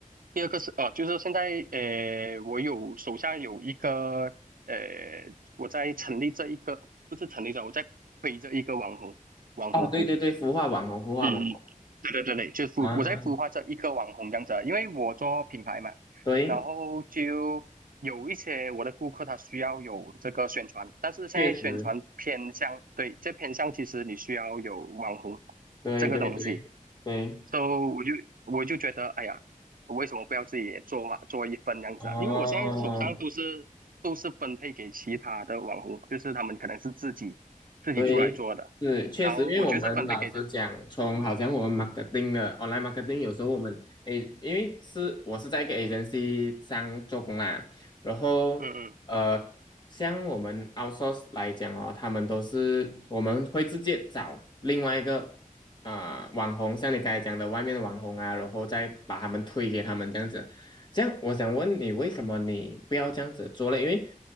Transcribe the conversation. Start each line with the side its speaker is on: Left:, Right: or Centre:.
Right: 第二个是呃，就是现在呃，我有手下有一个呃，我在成立这一个不是成立这，我在推这一个网红网红，
Left: 哦，对对对，孵化网红，孵化网红
Right: 嗯，嗯，对对对对，就是孵我在孵化这一个网红这样子啊因为我做品牌嘛，
Left: 啊，对，
Right: 然后就有一些我的顾客他需要有这个宣传，但是现在宣传偏向对，
Left: 确实，
Right: 这偏向其实你需要有网红
Left: 对对对对，
Right: 这个东西，so 我就我就觉得，哎呀，为什么不要自己也做嘛，做一份这样子啊？
Left: 哦。
Right: 因为我现在手上都是都是分配给其他的网红，就是他们可能是自己自己出来做的，
Left: 对，是确实，
Right: 然后我就是分配给的，
Left: 因为我们老实讲，从好像我们 marketing 的 online marketing，有时候我们诶，因为是我是在一个 agency 上做工啦，然后呃，
Right: 嗯嗯
Left: 像我们 outsource 来讲哦，他们都是我们会直接找另外一个啊、呃网红，像你刚才讲的外面的网红啊，然后再把他们推给他们这样子。这样，我想问你，为什么你不要这样子做嘞？因为